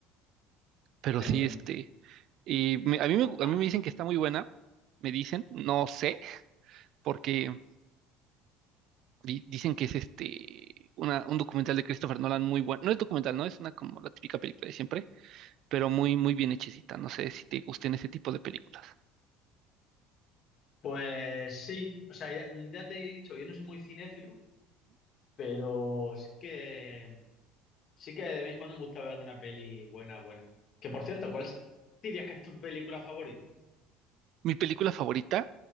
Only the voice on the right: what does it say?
Pero
sí,
este, y me- a mí me,
a
mí me dicen que está muy buena, me dicen, no sé, porque di- dicen que es este, una, un documental de Christopher Nolan muy bueno. No es documental, no, es una como la típica película de siempre, pero muy, muy bien hechecita. No sé si te gusten ese tipo de películas.
Mi película favorita